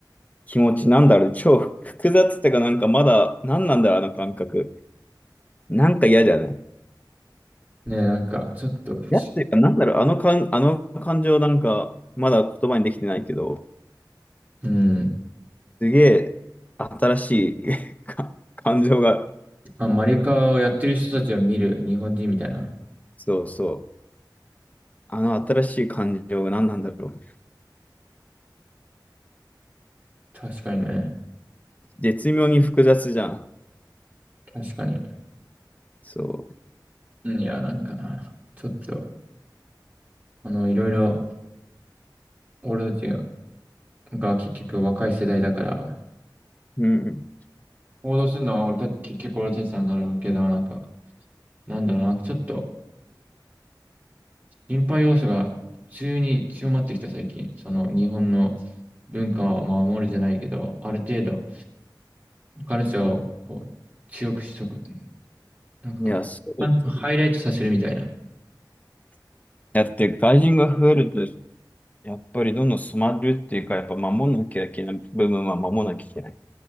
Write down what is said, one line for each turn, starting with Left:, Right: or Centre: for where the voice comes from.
Left: 気持ち、なんだろう、超複雑っていうか、なんかまだ、なんなんだろう、あの感覚。なんか嫌じゃない
Right: ね、なんか、ちょっとし、
Left: 嫌っていうか、なんだろう、あの感、あの感情なんか、まだ言葉にできてないけど、
Right: うん。
Left: すげえ新しい <laughs> か感情が、
Right: まあ、マリカをやってる人たちを見る日本人みたいな。
Left: そうそう、あの新しい感情が何なんだろう。
Right: 確かにね。
Left: 絶妙に複雑じゃん。
Right: 確かに。
Left: そ
Right: いや、なんかな。ちょっと、あの、いろいろ、俺たちが結局若い世代だから、
Left: う。うん。
Right: 行動するのは俺たち、結局俺たちなんだろうけど、なんか、なんだろうな、んかちょっと、心配要素が普通に強まってきた最近。その、日本の文化を守るじゃないけど、ある程度、カルチャーを強くしとく。なんか、
Left: いや、そうですよね
Right: ハイライトさせるみたいな。
Left: だって外人が増えると、やっぱりどんどん染まるっていうか、やっぱ守んなきゃいけない部分は守んなきゃいけない。